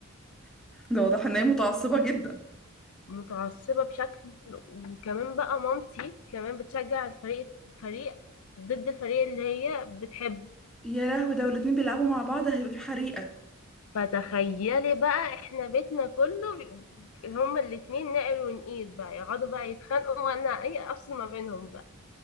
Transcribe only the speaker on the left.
متعصبة بشكل وكمان بقى مامتي كمان بتشجع الفريق فريق ضد الفريق اللي هي بتحبه
فتخيلي بقى احنا بيتنا كله بي- هما الاتنين نقر ونقيل بقى يقعدوا بقى يتخانقوا وانا اي افصل ما بينهم بقى